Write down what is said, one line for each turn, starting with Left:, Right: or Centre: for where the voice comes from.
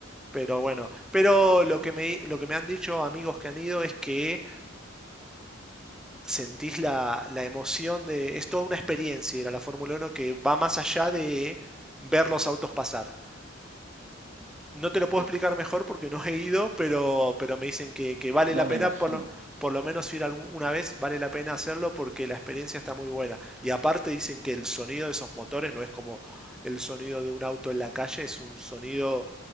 Centre: pero bueno. Pero lo que me, lo que me han dicho amigos que han ido es que sentís la, la emoción de... Es toda una experiencia ir a la Fórmula Uno que va más allá de ver los autos pasar. No te lo puedo
Right: sí.
Centre: explicar mejor porque no he ido, pero, pero me dicen que, que vale
Right: No
Centre: la
Right: me
Centre: pena,
Right: imagino.
Centre: por, lo- por lo menos ir alguna vez, vale la pena hacerlo porque la experiencia está muy buena. Y aparte dicen que el sonido de esos motores no es como el sonido de un auto en la calle, es un sonido